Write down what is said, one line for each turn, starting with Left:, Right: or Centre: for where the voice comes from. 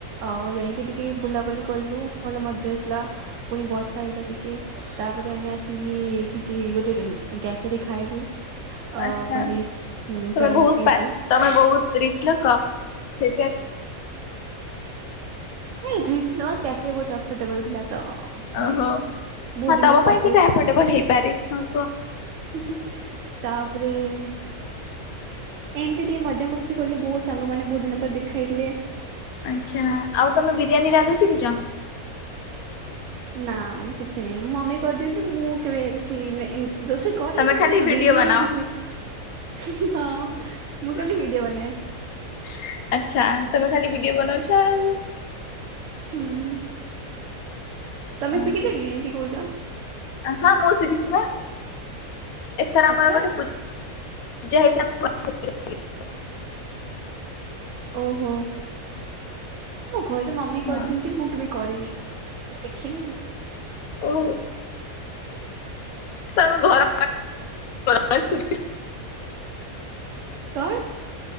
Right: ଅଓ ଯାଇଁକି ଟିକେ ବୁଲାବୁଲି କଲୁ ଭଲ ମଜା ଆସିଲା। ପୁଣି ବର୍ଷା ହେଇଗଲା ଟିକେ ତାପରେ, ଆମେ ଆସିକି-ଇ କିଛି ଗୋଟେ କାଫେରେ ଖାଇଲୁ, ଅ
Left: ଆଚ୍ଛା
Right: ପନିର
Left: ତମେ
Right: ପନିର
Left: ବହୁତ
Right: ପିଜ୍ଜା।
Left: ପାସ୍ ତମେ ବହୁତ ରିଚ୍ ଲୋକ। ସେ
Right: ନାଇଁ ରିଚ୍ ନୁହଁ, କ୍ୟାଫେ ବହୁତ ଅଫର୍ଟେବଲ ଥିଲା ତ! ଖାଇଲୁ।
Left: ଓହୋ!
Right: ବହୁତ
Left: ହଁ
Right: ଦିନ
Left: ତମ
Right: ପରେ
Left: ପାଇଁ ସେଇଟା ଆଫୋର୍ଡବଲ ହେଇପାରେ। ହଁ କୁହ।
Right: ହିଁ ହିଁ, ତାପରେଇମ୍ ଏମିତି ଟିକେ ମଜାମସ୍ତି କଲୁ। ବହୁତ ସାଙ୍ଗ ମାନେ, ବହୁତ ଦିନ ପରେ ଦେଖା ହେଇଥିଲେ।
Left: ଆଚ୍ଛା, ଆଉ ତମେ ବିରିୟାନୀ ରାନ୍ଧି ଶିଖିଛ?
Right: ନା ମୁଁ ଶିଖି ନାହିଁ ମଁ ମମି କରିଦିଅନ୍ତି, ମୁଁ କେବେ ରୋଷେଇ ନା ଏମ୍ ରୋଷେଇ କରେ,
Left: ତମେ
Right: କିନ୍ତୁ
Left: ଖାଲି
Right: ଏଇ
Left: ଭିଡିଓ
Right: ବିରିୟାନୀ
Left: ବନାଅ।
Right: କି! ହି ହି ହଁ। ମୁଁ
Left: ହାଁ
Right: ଖାଲି
Left: ହାଁ
Right: ଭିଡିଓ
Left: ହାଁ
Right: ବନାଏ
Left: ଆଚ୍ଛା ତମେ ଖାଲି ବି ଗି ବନଛାଉ
Right: ହୁଁ, ତମେ
Left: ଆଚ୍ଛା
Right: ଶିଖିଛ କି, ଏମିତି କହୁଛ?
Left: ହଁ, ମୁଁ ଶିଖିଛି ବା। ଏଥର ଆମର
Right: ଆଚ୍ଛା
Left: ଗୋଟେ ପୂ ଜା ହେଇଥି <inaudible>
Right: ଓହୋ! ହୁଏ ତ ମମି
Left: ହଁ
Right: କରିଦିଅନ୍ତି। ମୁଁ କେବେ କରିନି। ଶିଖିନି ଆଉ
Left: ଓୁ! ତମ ଘର ବସ୍ ସୁ <inaudible>
Right: କଣ?